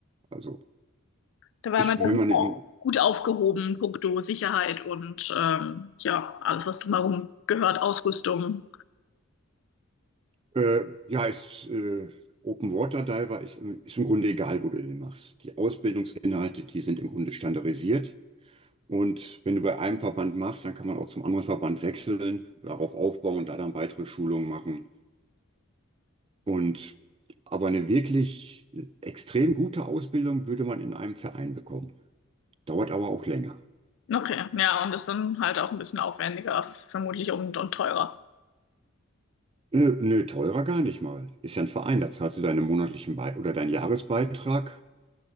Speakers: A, on the right; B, on the left.
A: Also
B: Da war
A: ich,
B: man
A: wenn
B: dann
A: man
B: auch
A: im
B: gut aufgehoben, puncto Sicherheit und ähm, ja, alles, was drumherum gehört, Ausrüstung.
A: Äh, ja, ist, äh, Open Water Diver ist, im- ist im Grunde egal, wo du den machst. Die Ausbildungsinhalte, die sind im Grunde standardisiert. Und wenn du bei einem Verband machst, dann kann man auch zum anderen Verband wechseln, darauf aufbauen, da dann weitere Schulungen machen. Und aber eine wirklich extrem gute Ausbildung würde man in einem Verein bekommen. Dauert aber auch länger.
B: Okay, ja, und das dann halt auch ein bisschen aufwendiger, vermutlich und, und teurer.
A: Nö, nö, teurer gar nicht mal. Ist ja ein Verein, da zahlst du deinen monatlichen Be oder deinen Jahresbeitrag.